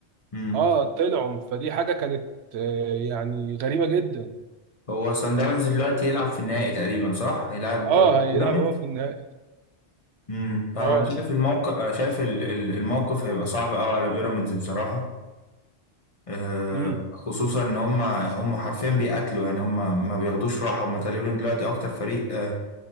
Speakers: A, on the left; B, on the right.
A: امم
B: اه طلعوا فدي حاجه كانت آه، يعني غريبه جدا
A: هو سان داونز دلوقتي يلعب في النهائي تقريبا صح هيلعب
B: اه هيلعب
A: بيراميدز
B: هو في النهائي
A: امم فانا
B: اه
A: شايف الموقف شايف ال- ال- الموقف هيبقى صعب قوي على بيراميدز بصراحة آه،
B: امم
A: خصوصا ان هم هم حرفيا بيقاتلوا يعني هم ما بياخدوش راحة هم تقريبا دلوقتي اكتر فريق آه،